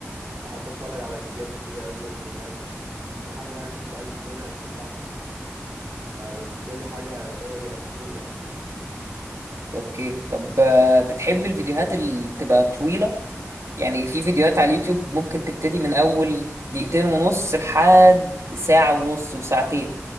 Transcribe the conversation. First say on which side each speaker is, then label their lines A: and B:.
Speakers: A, on the right (about 60°); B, on the right (about 80°).
A: بحب أتفرج على فيديوهات كتير قوي قبل ما أنام دي حاجة يعني بتساعدني إن أنا أكون بعرف أنام فبالنسبة لي حاجة اللي هو إيه أساسية يعني
B: اوكي طب آه، بتحب الفيديوهات اللي بتبقى طويلة يعني في فيديوهات على اليوتيوب ممكن تبتدي من اول دقيقتين ونص لحد ساعة ونص وساعتين